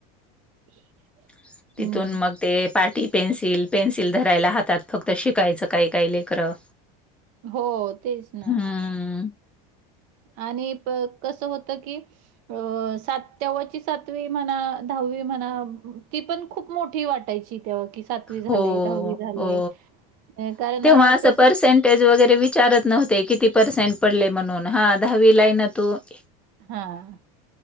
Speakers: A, on the right; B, in the centre.
A: <inaudible>
B: <inaudible> तिथून
A: हं.
B: मग ते <inaudible> ती पेन्सिल पेन्सिल धरायला हातात फक्त शिकायचं काही काय लेकरं
A: हो तेच ना
B: हम्म
A: आणि कस होत <inaudible> की स्हा सातवी म्हणा दहावी म्हणा ती पण खूप <inaudible> खूप मोठी वाटायची तेव्हा कि सातवी झाले
B: हो
A: दहावी झाले
B: हो
A: <inaudible>
B: <inaudible> तेव्हा
A: अ,
B: असं
A: तसे
B: पर्सेंटेज वगैरे वि विचारत नव्हते किती पर्सेंट पडले म्हणून हा दहावी लाई ना तू <inaudible>
A: हा <inaudible>